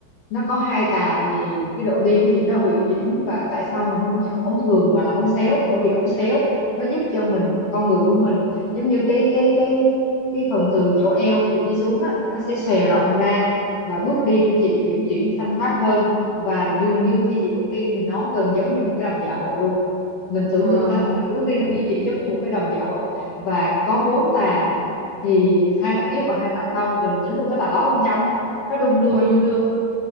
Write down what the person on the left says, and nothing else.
nó có hai tà thì cái độ đi của chị nó uyển chuyển và tại sao mình không chọn ống thường mà là ống xéo bởi vì ống xéo nó giúp cho mình con người của mình giống như cái cái cái cái phần từ chỗ eo chị đi xuống á nó sẽ xòe rộng ra và bước đi của chị uyển chuyển thanh thoát hơn và dường như khi chị bước đi thì nó gần giống như một cái đầm dạ hội luôn mình tưởng
tượng đó mà cái bước đi nó ý
chị giống như một cái đầm dạ hội và có bốn tà thì hai tà trước và hai tà sau là mình tính luôn cái tà lót bên trong á nó đung đưa
đung đưa